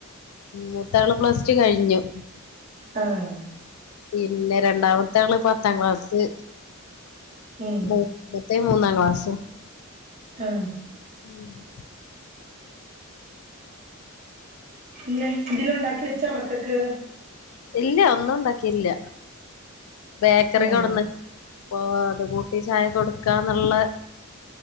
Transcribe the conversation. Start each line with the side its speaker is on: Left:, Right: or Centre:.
Left: മൂത്താള് പ്ലസ് ടു കഴിഞ്ഞു.
Right: ആഹ്
Left: പിന്നെ രണ്ടാമത്തെ ആള് പത്താം ക്ലാസ്സ്
Right: ഉം,
Left: മൂത്തേ മൂന്നാം ക്ലാസ്സും
Right: ആഹ്
Left: <inaudible>
Right: ഇല്ല എന്തേലും ഉണ്ടാക്കി വെച്ചോ മക്കക്ക്
Left: ഇല്ല ഒന്നും ഉണ്ടാക്കിയില്ല ബേക്കറി
Right: ഉം,
Left: കൊടുന്ന് അപ്പൊ അത് കൂട്ടി ചായ കൊടുക്കാന്നുള്ള